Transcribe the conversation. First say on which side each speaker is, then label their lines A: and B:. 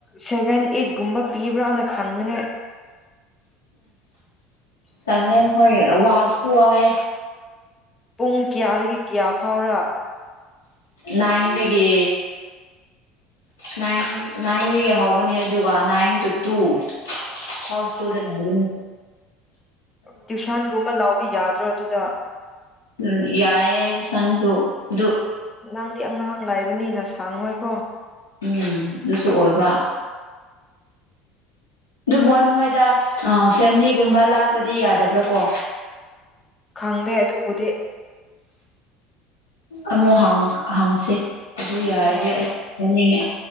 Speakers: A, on the left; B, on the left.
A: ꯁꯦꯕꯦꯟ ꯑꯦꯠꯒꯨꯝꯕ ꯄꯤꯕ꯭ꯔꯥꯅ ꯈꯟꯕꯅꯦ
B: ꯆꯗꯦ ꯍꯣꯏ ꯋꯥꯞꯁꯨ ꯍꯥꯏ
A: ꯄꯨꯡ ꯀꯌꯥꯗꯒꯤ ꯀꯌꯥ ꯐꯥꯎꯔꯛ
B: ꯅꯥꯗꯒꯤ ꯅꯥꯏꯟ ꯅꯥꯏꯟꯗꯒꯤ ꯍꯧꯒꯅꯤ ꯑꯗꯨꯒ ꯅꯥꯏꯟ ꯇꯨ ꯇꯨ ꯍꯥꯎꯁꯀꯨꯗ ꯂꯒꯅꯤ
A: ꯇ꯭ꯨꯁꯥꯟꯒꯨꯝꯕ ꯂꯥꯎꯕ ꯌꯥꯗ꯭ꯔꯣ ꯑꯗꯨꯗ
B: ꯎ ꯌꯥꯏꯦ ꯁꯟꯁꯨꯁꯨ
A: ꯅꯪꯗꯤ ꯑꯉꯥꯡ ꯂꯥꯏꯕꯅꯤꯅ ꯁꯥꯡꯑꯣꯣꯏ ꯀꯣ
B: ꯎꯝ ꯑꯗꯨꯁꯨ ꯑꯣꯏꯕ ꯑꯗꯨꯕꯨꯣ ꯅꯣꯏꯗ ꯐꯦꯃꯤꯂꯤꯒꯨꯝꯕ ꯂꯥꯛꯄꯗꯤ ꯌꯥꯗꯕ꯭ꯔꯥ ꯀꯣ
A: ꯈꯪꯗꯦ ꯑꯗꯨꯕꯨꯗꯤ
B: ꯑꯃꯨꯛ ꯍꯪ ꯍꯪꯁꯦ ꯑꯗꯨ ꯌꯥꯔꯗꯤ
A: ꯎꯝ
B: ꯑꯩꯁ ꯍꯥꯏꯪꯅꯤꯡꯉꯦ